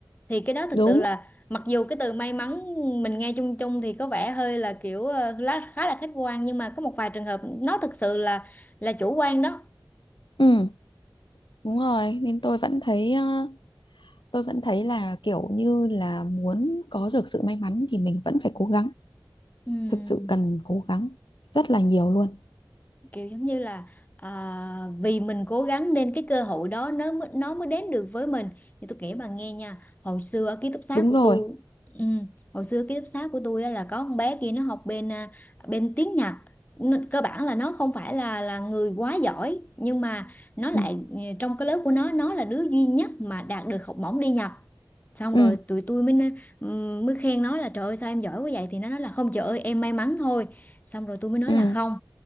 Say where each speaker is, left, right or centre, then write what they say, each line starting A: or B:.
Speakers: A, on the left (about 20°); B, on the left (about 75°).
A: thì cái đó thực
B: Đúng.
A: sự là mặc dù cái từ may mắn mình nghe chung chung thì có vẻ hơi là kiểu ờ, lá- khá là khách quan nhưng mà có một vài trường hợp nó thực sự là là chủ quan đó
B: Ừ. Đúng rồi, nên tôi vẫn thấy ờ, tôi vẫn thấy là kiểu như là muốn có được sự may mắn thì mình vẫn phải cố gắng
A: Ừm.
B: thực sự cần cố gắng rất là nhiều luôn
A: kiểu giống như là à, vì mình cố gắng nên cái cơ hội đó nó mới- nó mới đến được với mình thì tôi kể bà nghe nha hồi xưa ở ký túc xá
B: đúng
A: của
B: rồi
A: tôi ừ, hồi xưa ký túc xá của tôi á là có con bé kia nó học bên à, bên tiếng Nhật Nó- cơ bản là nó không phải là là người quá giỏi nhưng mà nó lại
B: ừ
A: ừ, trong cái lớp của nó nó là đứa duy nhất mà đạt được học bổng đi Nhật xong
B: ừ
A: rồi tụi tôi mới nói- ừm, mới khen nó là trời ơi sao em giỏi quá vậy thì nó nói là không trời ơi em may mắn thôi xong rồi tôi mới nói
B: ừ
A: là không